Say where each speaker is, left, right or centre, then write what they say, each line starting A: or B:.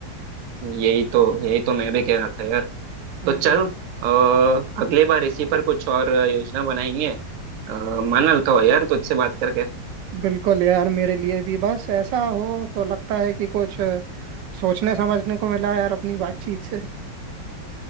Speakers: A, on the right; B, on the right.
A: यही तो यही तो मैं भी कह रहा था यार
B: हम्म,
A: तो चल आ, अगली बार इसी पर कुछ और योजना बनाएंगे आ, मन हल्का हो यार तुझसे बात करके
B: बिल्कुल यार मेरे लिए भी बस ऐसा हो तो लगता है कि कुछ अ, सोचने समझने को मिला यार अपनी बातचीत से